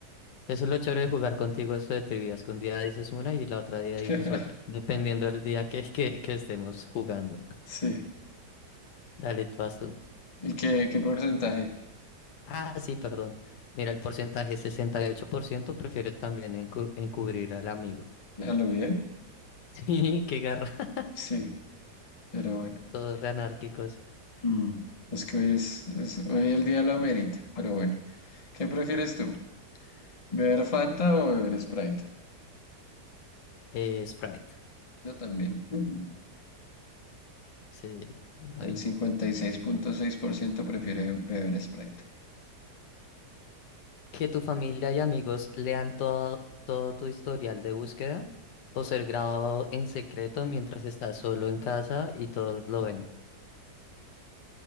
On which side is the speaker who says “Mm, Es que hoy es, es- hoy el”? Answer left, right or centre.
Left